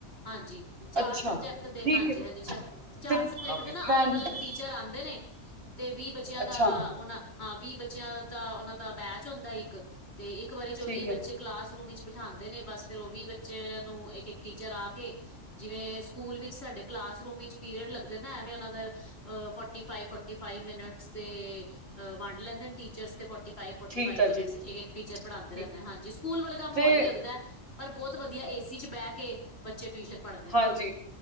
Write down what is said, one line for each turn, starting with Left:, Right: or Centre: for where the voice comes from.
Left: ਹਾਂਜੀ ਚਾਰ
Right: ਅੱਛਾ
Left: ਸਬਜੈਕਟ ਦੇ
Right: ਠੀਕ
Left: ਹਾਂਜੀ-
Right: ਹੈ
Left: ਹਾਂਜੀ ਚ ਚਾਰ
Right: ਤੇ
Left: ਸਬਜੈਕਟ ਦੇ ਨਾ
Right: ਭੈਣ
Left: ਅਲੱਗ -ਅਲੱਗ
Right: ਜੀ
Left: ਟੀਚਰ ਆਉਂਦੇ ਨੇ। ਤੇ ਵੀਹ ਬੱਚਿਆਂ
Right: ਅੱਛਾ
Left: ਦਾ ਉਹਨਾ, ਹਾਂ ਵੀਹ ਬੱਚਿਆਂ ਦਾ ਉਹਨਾਂ ਦਾ ਬੈਚ ਹੁੰਦਾ ਇੱਕ ਤੇ ਇੱਕ ਵਾਰੀ ਚ
Right: ਠੀਕ
Left: ਵੀਹ ਬੱਚੇ
Right: ਹੈ
Left: ਕਲਾਸਰੂਮ ਵਿੱਚ ਬਿਠਾਉਂਦੇ ਨੇ ਬਸ ਫਿਰ ਉਹ ਵੀ ਬੱਚੇ ਨੂੰ, ਇੱਕ -ਇੱਕ ਟੀਚਰ ਆ ਕੇ ਜਿਵੇਂ ਸਕੂਲ ਵਿਚ ਸਾਡੇ ਕਲਾਸ ਰੂਮ ਵਿੱਚ ਪੀਰੀਅਡ ਲੱਗਦੇ ਨਾ। ਐਵੇਂ ਉਹਨਾਂ ਦਾ ਫੋਟੀ ਫਾਈਵ ਫ। ਫੋਰਟੀ ਫਾਇਵ ਮਿੰਟਸ ਤੇ ਵੰਡ ਲੈਂਦੇ ਨੇ ਟੀਚਰ ਤੇ ਫੋਰਟੀ ਫਾਈਵ। ਫੋਰਟੀ
Right: ਠੀਕ
Left: ਫਾਈਵ
Right: ਆ
Left: ਮਿੰਟਸ
Right: ਜੀ
Left: ਇੱਕ- ਇੱਕ ਟੀਚਰ ਪੜਾਉਦੇ
Right: ਠੀਕ
Left: ਰਹਿੰਦੇ। ਹਾਂਜੀ ਸਕੂਲ ਵਰਗਾ
Right: ਤੇ
Left: ਮਾਹੋਲ ਹੀ ਲੱਗਦਾ ਹੈ। ਪਰ ਬਹੁਤ ਵਧੀਆ ਏ ਸੀ ਚ ਬਹਿ ਕੇ ਬੱਚੇ ਟਿਊਸ਼ਨ ਪੜ੍ਹਨ।
Right: ਹਾਂ ਜੀ